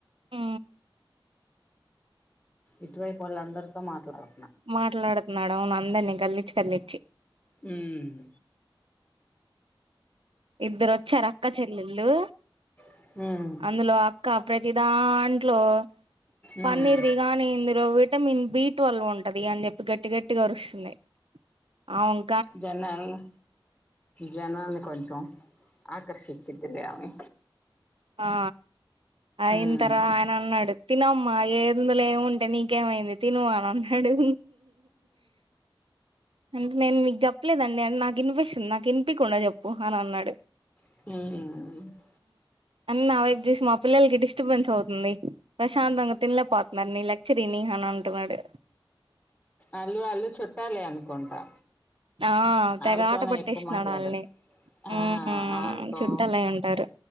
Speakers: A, on the right; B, on the left.
A: ఉ
B: ఇటువైపు వొళ్ళు అందరితో మాట్లాడా
A: మాట్లాడుతున్నాడు అవును అందరినీ కద్లిచ్చి కద్లిచ్చి
B: ఉమ్
A: ఇద్దరు వొచ్చారు అక్క చెల్లెళ్ళు
B: ఉమ్
A: అందులో క్క ప్రతి దాంట్లో
B: ఉమ్
A: పన్నీర్ది గానీ ఇందులో వెట్ విటమీన్ బీట్వీల్వ్ ఉంటది అని చెప్పి గట్టి గట్టిగా అరుస్తుంది అవున్
B: జనాల్ను జనాల్ని కొంచం ఆకర్శించిద్దిలే ఆమె
A: ఆ అయిన
B: ఉమ్
A: తర ఆయన అన్నడు తినమ్మా ఏందులో ఎముంటే నీకేమైంది తిను అని అన్నాడు అంటే నేను మీకు చెప్పలేదండి అ నాకు వినిపిస్తుంది నాకు వినిపికుండా చెప్పు అని అన్నాడు
B: హు
A: అని నా వైపు చూసి మా పిల్లలకి డిస్టర్బెన్స్ అవుతుంది ప్రశాంతంగా తినలేకపోతున్నారు నీ లెక్చర్ ఇని అని అంటున్నాడు
B: అల్ళు అళ్ళు చుట్టాలే అనుకుంటా
A: ఆ
B: వాళ్ళతోనే
A: తెగ ఆట పట్టేస్తున్నాడు
B: ఎక్కువ మాట్లాడా
A: వాళ్ళని
B: ఆ
A: ఉమ్
B: అల్తో
A: చుట్టాలయి ఉంటారు